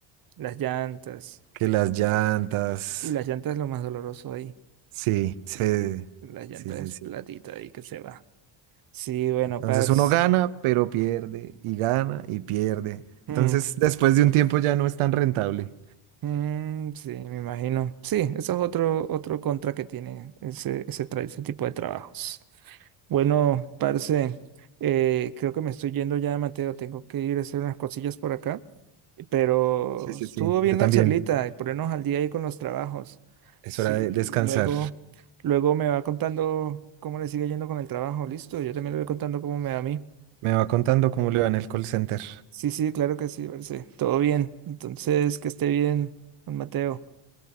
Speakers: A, on the right; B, on the right.
A: Las llantas.
B: que las llantas.
A: Uy, las llantas es lo más doloroso ahí.
B: Sí, se,
A: Las llantas
B: sí, sí,
A: es
B: sí.
A: platita ahí que se va. Sí, bueno,
B: Entonces
A: Pers.
B: uno gana, pero pierde, y gana, y pierde.
A: Mm,
B: Entonces después de un tiempo ya no es tan rentable.
A: mm, sí, me imagino. Sí, eso es otro, otro contra que tiene ese, ese, tra- ese tipo de trabajos. Bueno, parce, eh, creo que me estoy yendo ya, Mateo. Tengo que ir a hacer unas cosillas por acá. Pero
B: Sí, sí,
A: estuvo
B: sí.
A: bien
B: Yo
A: la
B: también.
A: charlita y ponernos al día ahí con los trabajos.
B: Es
A: Sí,
B: hora de descansar.
A: luego, luego me va contando cómo le sigue yendo con el trabajo. Listo, yo también le voy contando cómo me va a mí.
B: Me va contando cómo le va en el call center.
A: Sí, sí, claro que sí, parce. Todo bien. Entonces, que esté bien, don Mateo.